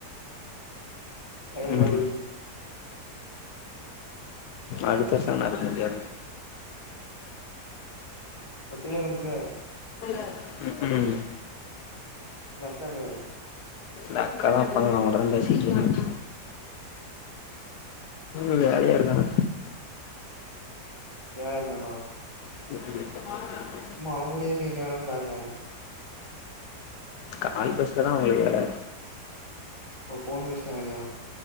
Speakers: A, on the left; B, on the left.
A: டயல் பாக்குது
B: ம் அடுத்த சன்னார் குத்யா
A: ஒத்தேல உக்காந்துர்க்க
B: உ ம்
A: நக்கானு
B: நக்கதா ப்பதா நா ஒன்ட்டதா பேசியிட்ரிக்கேன் உ வேலையா இருக்கானா
A: ஏல இருக்காங்ளா
B: <inaudible>
A: சும்மா அவ்ங்கூடையே பெய் என்ன வேலன் பாருல
B: கால்பேஸ்லதா அவ்ங்ளுக் வேல
A: ஓ ஃபோன் பேஸ்ன வேலயோ